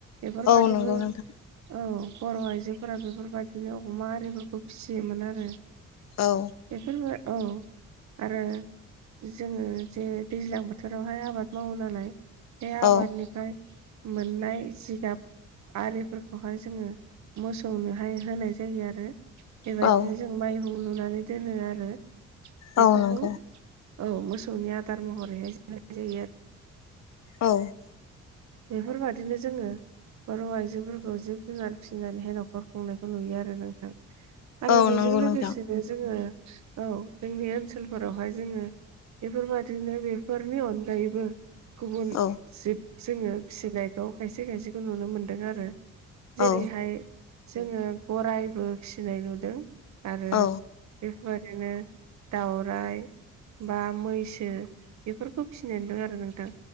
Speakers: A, on the right; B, on the left.
A: बेफोरबादिबो
B: औ नंगौ नोंथां
A: औ बर' आइजोफोरा बेफोरबायदिनो अमा आरिफोरखौ फिसियोमोन आरो
B: औ
A: बेफोर औ आरो जोङो जे दैज्लां बोथोरावहाय आबाद मावो नालाय बे
B: औ
A: आबादनिफ्राय मोननाय जिगाब आरिफोरखौहाय जोङो मोसौनोहाय होनाय जायो आरो बेबायदिनो
B: औ
A: जों माइहुं लुनानै दोनो आरो बेफोरखौ
B: औ नंगौ
A: औ मोसौनि आदार महरैहाय जा <unintelligible> जायो
B: औ
A: बेफोरबादिनो जोङो बर' आइजोफोरखौ जिब जुनार फिसिनानैहाय न'खर खुंनायखौ नुयो आरो नोंथां। आरो
B: औ
A: बेजों
B: नंगौ
A: लोगोसेनो
B: नोंथां
A: जोङो औ जोंनि ओनसोलफोरावहा जोङो बेफोरबादिनो बेफोरनि अनगायैबो गुबुन
B: औ
A: जिब जोङो फिसिनायखौ खायसे खायसेखौ नुनो मोनदों आरो
B: औ
A: जेरैहाय जोङो गरायबो फिनाय नुदों आरो
B: औ
A: बेफोरबादिनो दाउराइ। बा मैसो बेफोरखौ फिनानै दं आरो नोंथां